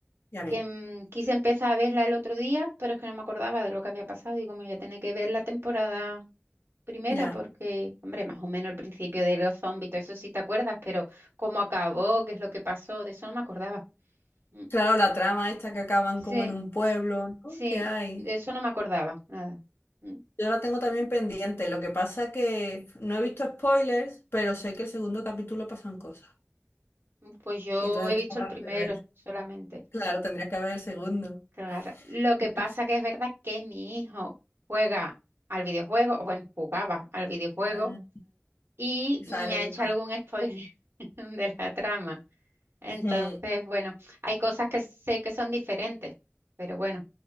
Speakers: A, on the left; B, on the right.
A: y a mí,
B: que mm, quise empezar a verla el otro día, pero es que no me acordaba de lo que había pasado. Digo, me voy a tener que ver la temporada primera
A: ya.
B: porque, hombre, más o menos el principio de los zombies, todo eso sí te acuerdas, pero cómo acabó, qué es lo que pasó, de eso no me acordaba. Mm,
A: Claro, la trama esta que acaban
B: Sí,
A: como en un pueblo, ¿no?
B: sí,
A: ¿Qué hay?
B: de eso no me acordaba, nada. Mm,
A: Yo la tengo también pendiente. Lo que pasa que no he visto spoilers, pero sé que el segundo capítulo pasan cosas.
B: Pues yo
A: Y entonces
B: he visto
A: tengo
B: el
A: ganas
B: primero
A: de ver.
B: solamente.
A: Claro, tendrías que ver el segundo.
B: Claro, lo que
A: <laughs>
B: pasa que es verdad que mi hijo juega al videojuego, o bueno, jugaba al videojuego
A: Ah,
B: y
A: y ¿Sabes
B: me
A: lo
B: ha
A: que
B: hecho
A: pasa?
B: algún spoiler <laughs> de la trama. Entonces,
A: Ujú.
B: bueno, hay cosas que sé que son diferentes, pero bueno,